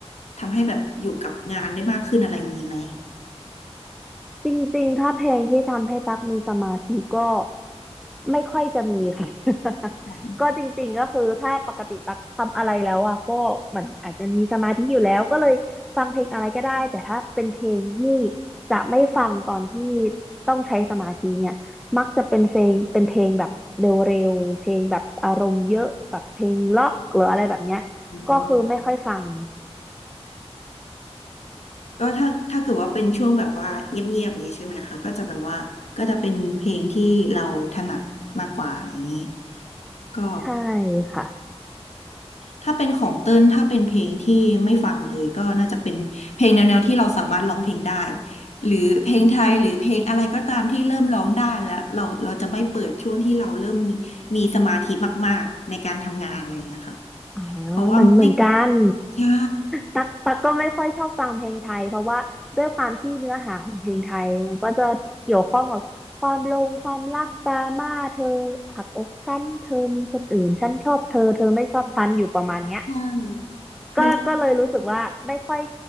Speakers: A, on the left; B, in the centre.
A: ทำให้แบบอยู่กับงานได้มากขึ้นอะไรอย่างงี้ไหม
B: จริงๆถ้าเพลงที่ทำให้ตั๊กมีสมาธิก็ไม่ค่อยจะมีค่ะ <laughs>
A: อ
B: ก็จริงๆก็คือถ้าปกติตั๊กทำอะไรแล้วอ่ะก็เหมันอาจจะมีสมาธิอยู่แล้วก็เลยฟังเพลงอะไรก็ได้แต่ถ้าเป็นเพลงที่จะไม่ฟังตอนที่ต้องใช้สมาธิเนี่ยมักจะเป็นเพลงเป็นเพลงแบบเร็วๆเพลงแบบอารมณ์เยอะแบบเพลงล็อกหรืออะไรแบบเนี้ยก็คือไม่ค่อยฟัง
A: อก็ถ้าถ้าเกิดว่าเป็นช่วงแบบว่าเงียบๆอย่างงี้ใช่ไหมคะก็จะแบบว่าก็จะเป็นเพลงที่เราถนัดมากกว่าอะไรอย่างงี้ก็
B: ใช่ค่ะ
A: ถ้าเป็นของเติ้ลถ้าเป็นเพลงที่ไม่ฟังเลยก็น่าจะเป็นเพลงแนวๆที่เราสามารถร้องเพลงได้หรือเพลงไทยหรือเพลงอะไรก็ตามที่เริ่มร้องได้แล้วเราเราจะไม่เปิดช่วงที่เราเริ่มมีมีสมาธิมากๆในการทำงานอะไรอย่างเงี้ยค่ะ
B: อ่า
A: เพราะว่าไม่
B: มันเหมือนกัน
A: ใช่
B: ตักตักก็ไม่ค่อยชอบฟังเพลงไทยเพราะว่าด้วยความที่เนื้อหาของเพลงไทยมันก็จะเกี่ยวข้องกับความลงความรักดราม่าเธอหักอกฉันเธอมีคนอื่นฉันชอบเธอเธอไม่ชอบฉันอยู่ประมาณเนี้ย
A: ใช่
B: ก็ก็เลยรู้สึกว่าไม่ค่อย
A: มัน